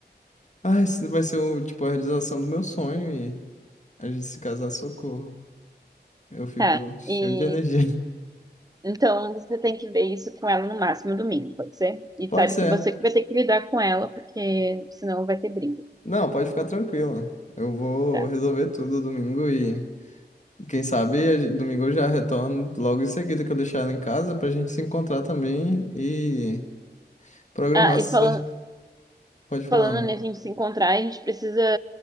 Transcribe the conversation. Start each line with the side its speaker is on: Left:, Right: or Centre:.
Left: ah, isso vai ser o, tipo, a realização do meu sonho e a gente se casar, socorro. Eu fico
Right: Tá,
Left: cheio
Right: e
Left: de energia.
Right: então você tem que ver isso com ela no máximo domingo, pode ser? E
Left: <laughs> Pode
Right: sabe
Left: ser.
Right: que você que vai ter que lidar com ela, porque senão vai ter briga,
Left: Não, pode ficar tranquila. Eu vou
Right: tá?
Left: resolver tudo domingo e Quem sabe a gen- domingo eu já retorno logo em seguida que eu deixar ela em casa pra gente se encontrar também e programar.
Right: Ah, e
Left: cer-
Right: falando,
Left: Pode falar,
Right: Falando
Left: amor.
Right: nisso, a gente se encontrar, a gente precisa.